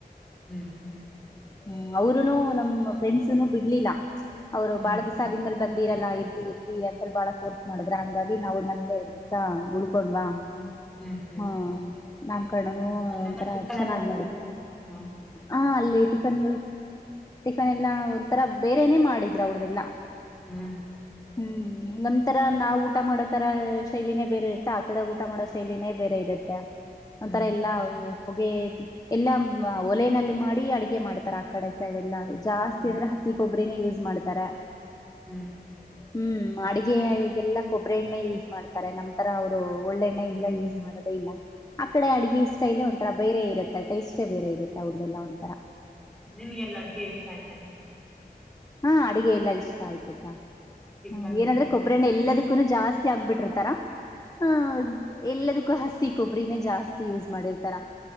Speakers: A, in the centre; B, on the left.
A: ಹ್ಮ್ ಹ್ಮ್ ಹ್ಮ್
B: ಹ್ಮ್ ಅವರುನೂ ನಮ್ಮ್ ಫ್ರೆಂಡ್ಸನು ಬಿಡ್ಲಿಲ್ಲ ಅವ್ರು
A: ಹ್ಮ್
B: ಬಾಳ ದಿಸ ಆಗಿದ ಮೇಲ್ ಬಂದ್ ರಲ್ಲ ಇರ್ರಿ ಇರ್ರಿ ಅಂತ ಬಾಳ ಫೋರ್ಸ್ ಮಾಡಿದ್ರಿ ಹಂಗಾಗಿ ನಾವು ಅವ್ರ ಮನೇಲೇ ಎರಡು ದಿವಸ ಉಳು ಕೊಂಡ್ವಾ
A: ಹ್ಮ್ ಹ್ಮ್
B: ಹಾ ನಮ್ಕರ್ಣನು
A: ಹ್ಮ್ ಅದೆಲ್ಲ
B: ಒಂಥರ
A: ಟಿಫನ್
B: ಚೆನ್ನಾಗ್
A: ಎಲ್ಲ ಹೆಂಗಿತ್ತ
B: ಮಾಡಿದ್
A: ಹ್ಮ
B: ಹಾ ಅಲ್ಲೇ ಟಿಫನ್ ಟಿಫನ್ ಎಲ್ಲಾ ಒಂಥರ ಬೇರೆನೇ ಮಾಡಿದ್ರು ಅವ್ರ್ದೆಲ್ಲಾ
A: ಹ್ಮ್
B: ಹ್ಮ್ ನಮ್ ತರ ನಾವು ಊಟ ಮಾಡೋ ತರ ಶೈಲಿನೇ ಬೇರೆ ಇರುತ್ತೆ, ಆ ಕಡೆ ಊಟ ಮಾಡೋ ಶೈಲಿನೇ ಬೇರೆ ಇರುತ್ತೆ.
A: ಹ್ಮ್
B: ಒಂಥರ ಎಲ್ಲಾ ಹೊಗೆ ಎಲ್ಲಾ ಒಲೆನಲ್ಲಿ ಮಾಡಿ ಅಡಗೆ ಮಾಡ್ತಾರ್ ಆ ಕಡೆ. ಳೆಲ್ಲ ಜಾಸ್ತಿ
A: ಹ್ಮ್
B: ಅಂದ್ರೆ
A: ಹ್ಮ್
B: ಹಸಿ ಕೊಬ್ಬರಿನೇ ಯೂಸ್ ಮಾಡ್ತಾರೆ
A: ಹ್ಮ್
B: ಹ್ಮ್. ಆಡಿಗೆಯಗೆಲ್ಲ ಕೊಬ್ಬರಿ ಎಣ್ಣೆ ಯೂಸ್ ಮಾಡ್ತಾರೆ ನಮ್ಮ ತರ ಅವ್ರು ಒಳ್ಳೆಣ್ಣೆ ಎಲ್ಲ ಯೂಸ್ ಮಾಡೋದೇ ಇಲ್ಲ. ಆ ಕಡೆ ಅಡ್ಗೆ ಸ್ಟೖಲೇ ಒಂಥರ ಬೇರೆ ಇರುತ್ತೆ ಟೇಸ್ಟೇ ಬೇರೆ ಇರುತ್ತ ಅವ್ರ್ದೆಲ್ಲ ಒಂಥರ.
A: ನಿಮ್ಗೆಲ್ಲ ಅಡುಗೆ ಇಷ್ಟ ಆಯ್ತಾ
B: ಹಾ ಅಡಗೆ ಎಲ್ಲಾ ಇಷ್ಟ ಆಯ್ತುಕ್ಕ
A: ಟಿಫನ್
B: ಹ ಏನಂದ್ರೆ
A: ಎಲ್ಲ?
B: ಕೊಬ್ಬರಿ ಎಣ್ಣೆ ಎಲ್ಲದಕ್ ಕ್ರು ಜಾಸ್ತಿ ಆಗ್ಬಿಟ್ಟಿರ್ತಾರ ಆಂ ಎಲ್ಲದಕ್ಕೂ ಹಸಿ ಕೊಬ್ಬರಿನೇ ಜಾಸ್ತಿ ಯೂಸ್ ಮಾಡಿರ್ತಾರ